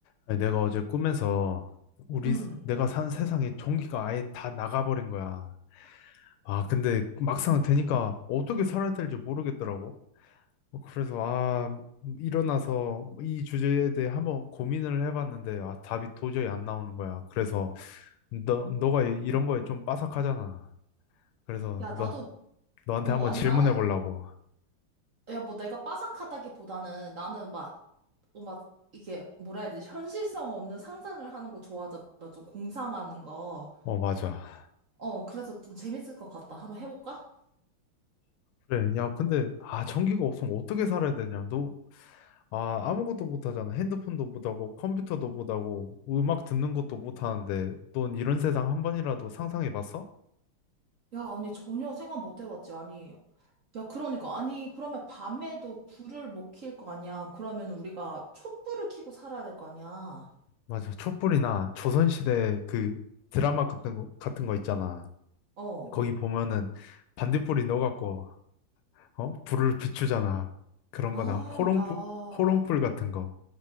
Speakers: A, on the left (about 85°); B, on the right (about 50°).
A: 아니, 내가 어제 꿈에서 우리
B: 응.
A: 스- 내가 산 세상에 전기가 아예 다 나가버린 거야. 아, 근데 막상 되니까 어떻게 살아야 될지 모르겠더라고. 그래서 아, 일어나서 이 주제에 대해 한번 고민을 해봤는데 아, 답이 도저히 안 나오는 거야. 그래서 너 너가 이- 이런 거에 좀 빠삭하잖아. 그래서
B: 야, 나도,
A: 너 너한테
B: 어,
A: 한번
B: 아니,
A: 질문해
B: 나는,
A: 보려고.
B: 야, 뭐 내가 빠삭하다기보다는 나는 막, 어, 막, 이게, 뭐라 해야 되지? 현실성 없는 상상을 하는 거 좋아하잖아. 좀 공상하는 거.
A: 어, 맞아.
B: 어, 그래서 좀 재밌을 것 같다. 한번 해볼까?
A: 그래. 야, 근데 아, 전기가 없으면 어떻게 살아야 되냐? 너 아, 아무것도 못하잖아. 핸드폰도 못하고, 컴퓨터도 못하고, 음악 듣는 것도 못하는데, 넌 이런 세상 한 번이라도 상상해 봤어?
B: 야, 아니, 전혀 생각 못 해봤지. 아니, 야, 그러니까. 아니, 그러면 밤에도 불을 못 킬 거 아니야. 그러면 우리가 촛불을 켜고 살아야 될 거 아니야.
A: 맞아. 촛불이나 조선시대 그 드라마 같은 거, 같은 거 있잖아.
B: 어.
A: 거기 보면은 반딧불이 넣어갖고, 어? 불을 비추잖아. 그런
B: 아,
A: 거나 호롱불,
B: 야.
A: 호롱불 같은 거.